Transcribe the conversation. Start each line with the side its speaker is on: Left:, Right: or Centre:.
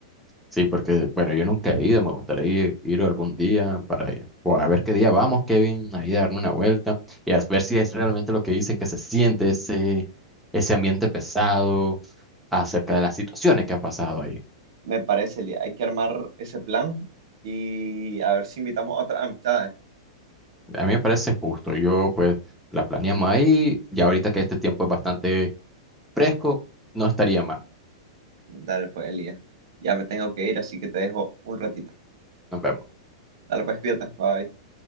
Centre: Sí, porque, bueno, yo nunca he ido, me gustaría ir, ir algún día para O a ver qué día vamos, Kevin, ahí darme una vuelta y a ver si es realmente lo que dicen que se siente ese, ese ambiente pesado acerca de las situaciones que han pasado ahí.
Right: me parece, Lía. Hay que armar ese plan y a ver si invitamos a otras amistades.
Centre: A mí me parece justo, yo pues la planeamos ahí y ahorita que este tiempo es bastante fresco, no estaría mal.
Right: Dale, pues, Elías. Ya me tengo que ir, así que te dejo un ratito.
Centre: Nos vemos.
Right: Dale, pues, cuídate. Bye.